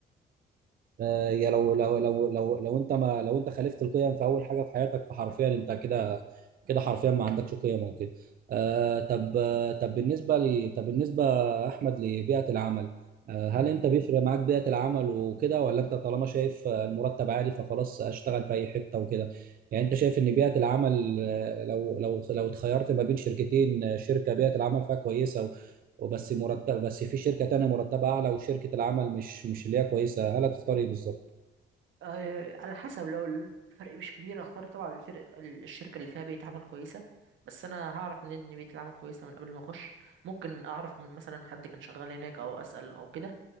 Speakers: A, on the right; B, on the right.
A: آه، يا لو لو لو لو لو انت ما لو انت خالفت القيم في اول حاجه في حياتك فحرفيا انت كده كده حرفيا ما عندكش قيم او كده آه طب آه، طب بالنسبه لي طب بالنسبه احمد لبيئه العمل آه هل
B: امم.
A: انت بيفرق معاك بيئه العمل وكده ولا انت طالما شايف آه، المرتب عالي فخلاص اشتغل في اي حته وكده يعني انت شايف ان بيئه العمل آه، لو لو لو اتخيرت ما بين شركتين آه، شركه بيئه العمل فيها كويسه وبس مرتب بس في شركة تانية مرتبة أعلى وشركة العمل مش مش اللي هي كويسة هل هتختار إيه بالظبط؟
B: آه، على حسب لو الفرق مش كبير اختار طبعا الفرق الشركة اللي فيها بيئة عمل كويسة بس انا هعرف منين ان بيئة العمل كويسة من قبل ما اخش ممكن اعرف من مثلا حد كان شغال هناك او اسأل او كده